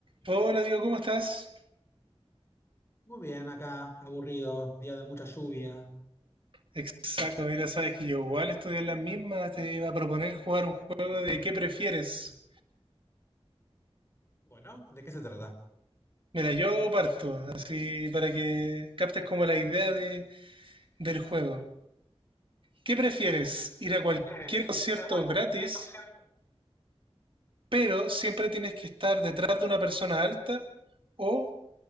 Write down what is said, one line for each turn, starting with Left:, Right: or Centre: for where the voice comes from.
Right: Hola Diego, ¿cómo estás?
Left: Muy bien, acá, aburrido, día de mucha lluvia.
Right: Exacto, mira, sabes que yo igual estoy en las mismas, te iba a proponer jugar un juego de ¿qué prefieres?
Left: Bueno, ¿de qué se trata?
Right: Mira, yo parto, así para que captes como la idea de, del juego. ¿Qué prefieres? ¿Ir
Left: ¿Qué
Right: a cualquier
Left: prefieres?
Right: concierto
Left: ¿Ir a cualquier
Right: gratis,
Left: centro?
Right: pero siempre tienes que estar detrás de una persona alta? ¿O